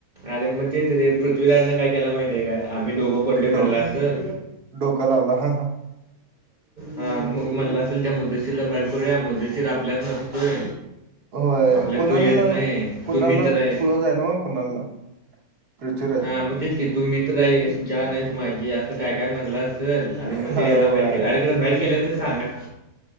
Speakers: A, on the right; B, on the right.
A: अरे मग तेच रे पृथ्वीराजना काय केयला माहतीय का आम्ही दोघं पडलय
B: डो
A: म्हणला असं.
B: डोका लावला, हा-हा.
A: हा मग म्हटलं असेल, त्या मुद्दासिर ला बाहेर करूया मुद्दासिर आपल्यात न होय,
B: होय
A: आपल्यात
B: कोणाला
A: तो येत नाही,
B: कोणाला
A: तो मित्र आहे.
B: क्लोज ना मग कोणाला पृथ्वीराज
A: हा मग तेच की. की तू मित्र आहेस, जान आहेस माझी, असं काय-काय म्हणलास. च आणि मग
B: हा
A: ते याला
B: होय
A: बाहेर केल्यात, आरे खरं बाहेर केलंय ते सांगय